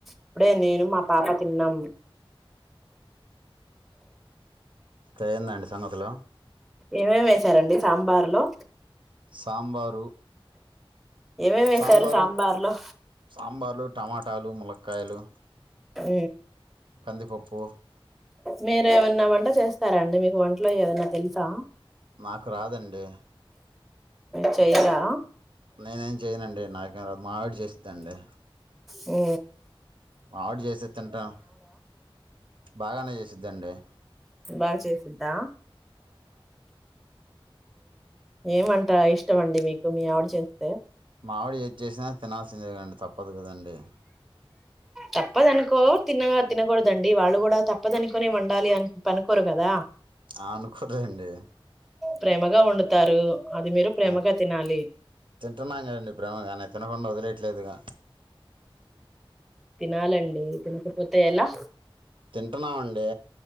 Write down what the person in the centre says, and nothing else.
ఇప్పుడే నేను మా పాప తిన్నాం
ఏమేమి వేసారంండి సాంబార్ లో
ఏమేమి వేసారు
సాంబార్ లో
హ
మీరు ఏమన్నా వంట చేస్తారాండి మీకు వంటలో ఏదన్నా తెలుసా
చైరా
ఉ
బాగా చేసిద్దా ఏమంట ఇష్టంమండి మీకు మీ ఆవిడ చేస్త
తప్పదనుకో తిన తినకుడదండి వాళ్ళు కూడా తప్పదనికోనే వండాలి అని పనుకోరు కదా
ప్రేమగా వండుతారు అది మీరు ప్రేమగా
తినాలి
తినాలండి తినకపోతే ఎలా